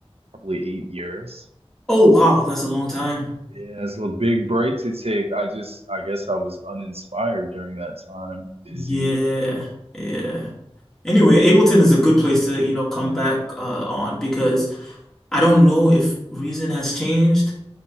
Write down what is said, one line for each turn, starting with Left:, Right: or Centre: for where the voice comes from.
Right: probably eight years.
Centre: Oh, wow, that's a long time.
Right: Yeah, so a big break to take. I just, I guess I was uninspired during that time, busy.
Centre: Yeah, yeah. Anyway, Ableton is a good place to, you know, come back uh, on because I don't know if reason has changed,